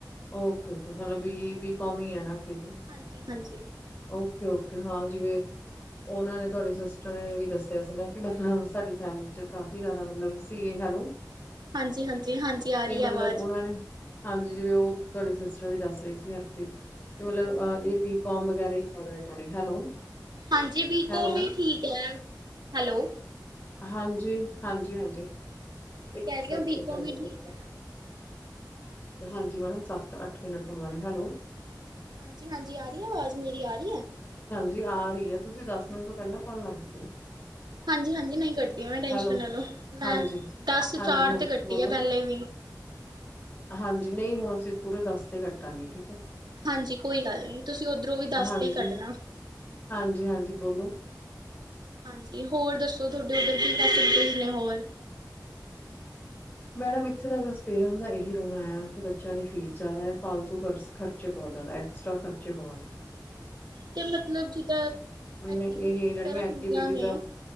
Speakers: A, on the left (about 35°); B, on the right (about 85°).
A: ਓਕੇ ਓਕੇ, ਮਤਲਬ
B: ਕੋਮਰਸ
A: ਬੀ ਬੀ ਕੌਮ ਈ ਆ ਨਾਂ ਅੱਗੇ ਫਿਰ
B: ਹਾਂਜੀ ਹਾਂਜੀ
A: ਓਕੇ ਓਕੇ। ਹਾਂ, ਜਿਵੇਂ ਉਹਨਾਂ ਨੇ ਤੁਹਾਡੇ ਸਿਸਟਰ ਨੇ ਵੀ ਦੱਸਿਆ ਸੀ ਨਾਂ ਕਿ ਮਤਲਬ ਸਾਡੀ ਫੈਮਿਲੀ ਚ ਕਾਫ ਜ਼ਿਆਦਾ ਮਤਲਬ ਸੀਗੇ ਹੈਲੋ।
B: ਹਾਂਜੀ, ਹਾਂਜੀ ਹਾਂਜੀ ਆ
A: ਤੇ
B: ਰਹੀ
A: ਮਤਲਬ
B: ਐ ਆਵਾਜ਼
A: ਉਹਨਾਂ ਨੇ ਹਾਂਜੀ ਜਿ ਉਹ ਤੁਹਾਡੀ ਸਿਸਟਰ ਵੀ ਦੱਸ ਰਹੀ ਸੀ ਹਰਪ੍ਰੀਤ ਮਤਲਬਹ ਇਹ ਬੀ ਕੋਮ ਵਗੈਰਾ ਹੀ ਜ਼ਿਆਦਾ ਕਰ ਹੈਲੋ
B: ਹਾਂਜੀ ਬੀ
A: ਹੈਲੋ
B: ਕੌਮ ਹੀ ਠੀਕ ਐ, ਹੈਲੋ
A: ਹਾਂਜੀ। ਹਾਂਜੀ ਹਾਂਜੀ।
B: ਮੈਂ
A: ਇੱਕ
B: ਕਹਿ
A: ਸੈਕਿੰਡ
B: ਰਹੀ ਹਾਂ ਬੀਕੋਮ
A: ਟਾਈਮ
B: ਹੀ ਠੀਕ
A: ਦੇਖਣ
B: ਹੈ।
A: ਹਾਂਜੀ, ਮੈਡਮ ਸੱਤ-ਅੱਠ ਮਿੰਟ ਹੋਣ ਵਾਲੇ, ਹੈਲੋ!
B: ਹਾਂਜੀ ਹਾਂਜੀ ਆ ਰਹੀ ਐ, ਆਵਾਜ਼ ਮੇਰੀ ਆ ਰਹੀ ਐ।
A: ਜੀ ਆ ਰਹੀ ਐ, ਤੁਸੀਂ ਦਸ ਮਿੰਟ ਤੋਂ ਪਹਿਲਾਂ ਕਾਲ ਨਾਂ ਕੱਟਿਓ।
B: ਹਾਂਜੀ, ਹਾਂਜੀ ਨਈਂ ਕੱਟਦੀ ਆ ਮੈਂ ਟੈਸ਼ਨ
A: ਹੈਲੋ
B: ਨਾਂ ਲੋ, ਮੈਂ
A: ਹਾਂਜੀ
B: ਦਸ ਚਾਰ
A: ਹਾਂਜੀ ਹਾਂਜੀ
B: ਤੇ ਕੱਟੀ
A: ਬੋਲੋ
B: ਆ ਪਹਿਲੇ ਵੀ।
A: ਹਾਂਜੀ, ਨਈਂ ਹੁਣ ਅਸੀਂ ਪੂਰੇ ਦੱਸ ਤੇ ਕੱਟਾਂਗੇ ਠੀਕ ਐ।
B: ਹਾਂਜੀ, ਕੋਈ ਗੱਲ ਨੀਂ ਤੁਸੀਂ ਉੱਧਰੋਂ ਵੀ ਦਸ
A: ਹਾਂਜੀ
B: ਤੇ ਕੱਟਣਾ।
A: ਹਾਂਜੀ-ਹਾਂਜੀ ਬੋਲੋ।
B: ਹਾਂਜੀ, ਹੋਰ ਦੱਸੋ ਤੁਹਾਡੇ ਉੱਧਰ ਕੀ ਫੈਸਿਲਿਟੀਜ਼ ਨੇ ਹੋਰ।
A: ਮੈਡਮ ਇੱਥੇ ਦਾ ਬਸ ਪੇਰੈਂਟਸ ਦਾ ਇਹੀ ਰੋਣਾ ਆ ਕਿ ਬੱਚਿਆਂ ਦੀ ਫ਼ੀਸ ਜ਼ਿਆਦਾ ਫਾਲਤੂ ਖਰਚੇ ਬਹੁਤ ਜ਼ਿਆਦਾ, ਐਕਸਟਰਾ ਖਰਚੇ ਬਹੁਤ ਹੈ।
B: ਤੇ ਮਤਲਬ ਜਿਦਾਂ ਐਕਟੀਵਿਟੀਜ
A: ਇਹ ਜਿਹੜੀਆਂ
B: ਵਗੈਰਾ
A: ਐਕਟੀਵਿਟੀਜ਼
B: ਹੁੰਦੀਆਂ ਨੇਂ,
A: ਆ